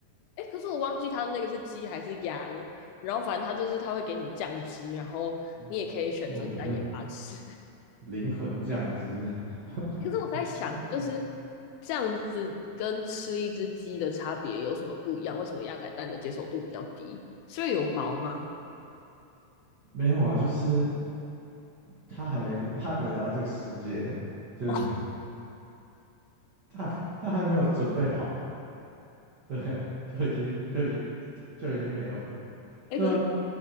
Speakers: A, on the left (about 85°); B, on the right (about 55°).
A: 哎，可是我忘记他那个是鸡还是鸭了。然后反正他就是他会给你酱汁，然后你也可以选择单眼巴吃。
B: <laughs> 嗯我可能灵魂降职，<laughs>
A: 可是我在想，
B: 我真我
A: 就是这样子跟吃一只鸡的差别有什么不一样？为什么鸭仔蛋的接受度比较低？是因为有毛吗？
B: 没有啊，就是他还没他还没来到这个世界，就是
A: 哦，
B: 他他还没有准备好，对，就已经就已经就已经没有了，
A: 哎，
B: 对啊，
A: 可是